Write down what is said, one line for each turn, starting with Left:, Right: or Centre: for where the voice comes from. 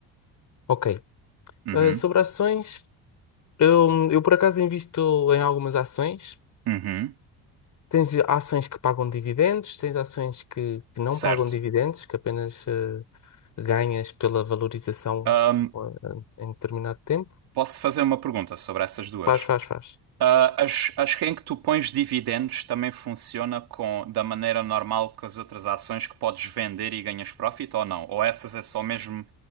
Left: ok.
Right: Uhum,
Left: Ah, sobre ações, eu, eu por acaso invisto em algumas ações.
Right: uhum.
Left: Tens ações que pagam dividendos, tens ações que, que não
Right: Certo.
Left: pagam dividendos, que apenas ah, ganhas pela valorização
Right: Ahm,
Left: ah, em determinado tempo.
Right: posso fazer uma pergunta sobre essas duas?
Left: Faz, faz, faz.
Right: Ah, as, as que em que tu pões dividendos também funciona com da maneira normal que as outras ações que podes vender e ganhas profit ou não? Ou essas é só mesmo